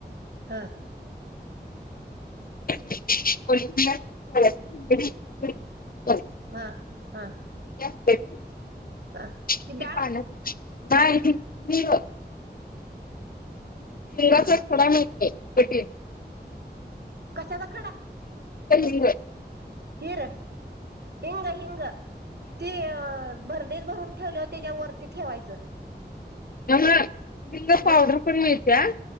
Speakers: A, on the right (about 70°); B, on the left (about 55°).
A: हा.
B: <unintelligible>
A: हा हा.
B: हे मी
A: हा
B: हे
A: ती डाळ
B: पाण्यात नाय मी मी ग हिंगाचा
A: हा
B: एक खोडा मिलतोय <unintelligible>
A: कशाचा खडा?
B: <unintelligible>
A: हिर हिंग हिंग ते भरडेच भरून ठेवल्यावर त्याच्या वरती ठेवायचं.
B: त्यामूळ हिंग पावडर
A: मग
B: पण मिळतीया